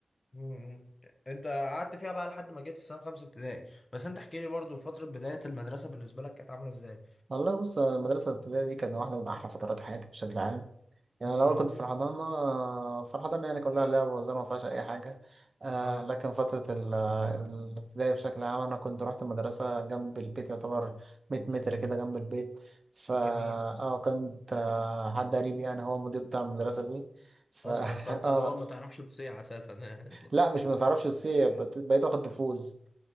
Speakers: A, on the left; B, on the right.
A: مم. انت قعدت فيها بقى لحد ما جيت في سنه خمسه ابتدائي بس انت احكي لي برضو فتره بدايه المدرسه بالنسبه لك كانت عامله ازاي
B: والله بص آه، المدرسة الابتدائية دي كانت واحدة من أحلى فترات حياتي بشكل عام يعني
A: مم.
B: الأول كنت في الحضانة آه، فالحضانة يعني كلها لعب وهزار ما فيهاش أي حاجة آه
A: اه
B: لكن فترة ال- الابتدائي بشكل عام أنا كنت رحت المدرسة جنب البيت يعتبر 100 متر كده جنب البيت فا
A: جميل
B: اه كنت آه، حد قريب يعني هو مدير بتاع المدرسة دي ف
A: اصلا
B: <laughs>
A: فانت
B: اه
A: اللي هو ما تعرفش تصيع اساسا <laughs>
B: لا مش متعرفش تصيب بقيت واخد تفوز